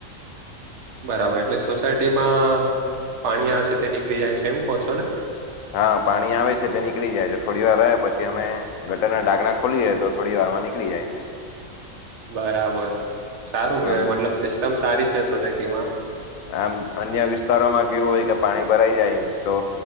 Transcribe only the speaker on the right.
બરાબર એટલે સોસાયટી માં પાણી આવશે તે નીકળી જાય છે એમ કહો છો ને?
બરાબર સારું
કેવાય મતલબ સિસ્ટમ સારી છે સોસાયટી માં.